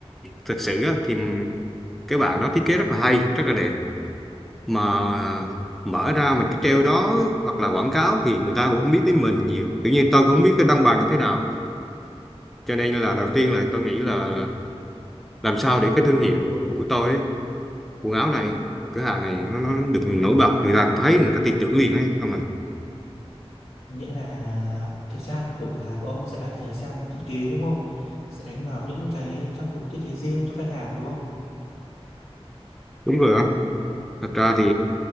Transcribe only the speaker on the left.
Nghĩa là thời trang của cửa hàng của ông sẽ là thời trang thiết kế đúng không? Sẽ đánh vào những cái trang phục thiết kế riêng cho khách hàng đúng không?